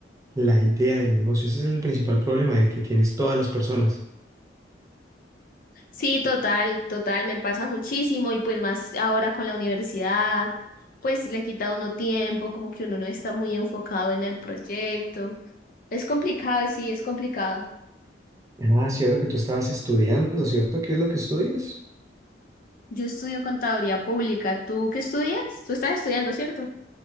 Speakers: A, on the right (about 20°); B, on the left (about 50°).
A: la idea del negocio. Ese es el principal problema de que tienes todas las personas.
B: Sí, total, total, me pasa muchísimo y pues más ahora con la universidad, pues le quita a uno tiempo, como que uno no está muy enfocado en el proyecto. Es complicado, sí, es complicado.
A: Ah, cierto que tú estabas estudiando, ¿cierto? ¿Qué es lo que estudias?
B: Yo estudio contaduría pública. ¿Tú qué estudias? Tú estás estudiando, ¿cierto?